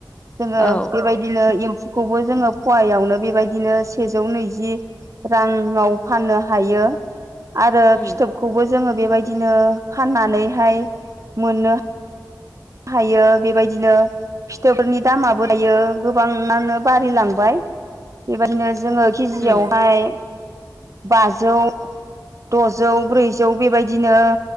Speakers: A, on the right; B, on the left.
A: जोङो
B: औ
A: बेबायदिनो एम फौखौबो जोङो फवायावनो बेबायदि बिदिनो सेजौ नैजि राङाव फाननो हायो आरो
B: उम
A: फिथोबखौबो जोङो बेबायदिनो फाननानैहाय मोननो हायो बेबायदिनो फिथोबफोरनि दामाबो दायो गोबाङानो बारिलांबाय बेबायदिनो जोङो केजियावहाय
B: उम
A: बाजौ, दजौ, ब्रैजौ बेबायदिनो